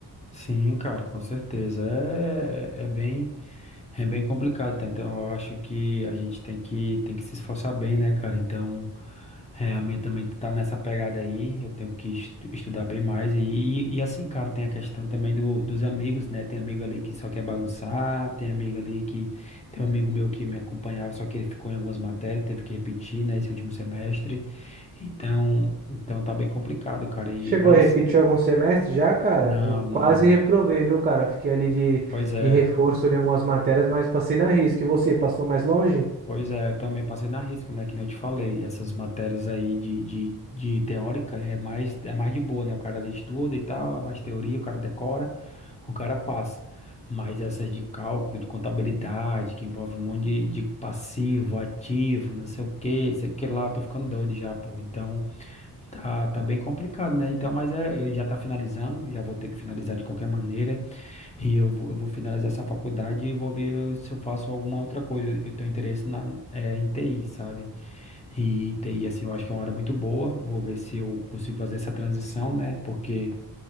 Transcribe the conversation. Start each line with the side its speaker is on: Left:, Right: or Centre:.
Left: sim, cara, com certeza. É, é bem. É bem complicado, tá? Então eu acho que a gente tem que, tem que se esforçar bem, né, cara? Então, é, a minha também tá nessa pegada aí, eu tenho que estu- estudar bem mais. E, e, e assim, cara, tem a questão também do, dos amigos, né? Tem amigo ali que só quer bagunçar, tem amigo ali que. Tem um amigo meu que me acompanhava, só que ele ficou em algumas matérias, teve que repetir, né, esse último semestre. Então, então tá bem complicado, cara. E,
Right: Chegou
Left: mas
Right: a repetir
Left: assim,
Right: algum semestre já, cara?
Left: não,
Right: Eu
Left: não.
Right: quase reprovei, viu, cara? Fiquei ali de,
Left: Pois é.
Right: de reforço ali em algumas matérias, mas passei na risca. E você, passou mais longe?
Left: Pois é, eu também passei na risca, né? Que nem eu te falei, essas matérias aí de, de, de teórica é mais, é mais de boa, né? O cara ali estuda e tal, é mais teoria, o cara decora, o cara passa. Mas essas de cálculo, de contabilidade, que envolve um monte de, de passivo, ativo, não sei o quê, sei que lá, tô ficando doido já, pô. Então, tá, tá bem complicado, né? Então, mas é, já tá finalizando, já vou ter que finalizar de qualquer maneira. E eu vou, eu vou finalizar essa faculdade e vou ver se eu faço alguma outra coisa. Eu tenho interesse na, eh, em TI, sabe? E TI, assim, eu acho que é uma área muito boa. Vou ver se eu consigo fazer essa transição, né? Porque